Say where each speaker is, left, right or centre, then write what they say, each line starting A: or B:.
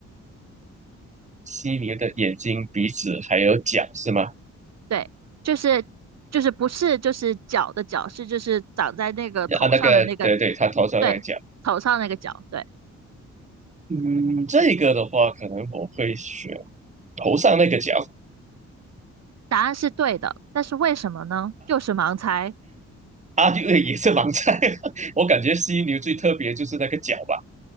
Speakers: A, on the right; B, on the right.
A: 犀牛的眼睛、鼻子还有角是吗？
B: 对，就是就是不是就是角的角，是就是长在那个头上的那个，
A: 啊，那个对对，他头上那个角，
B: 对，头上那个角，对，
A: 嗯，这个的话可能我会选头上那个角。
B: 答案是对的，但是为什么呢？就是盲猜。
A: 啊，就也是盲猜。<laughs> 我感觉犀牛最特别就是那个角吧。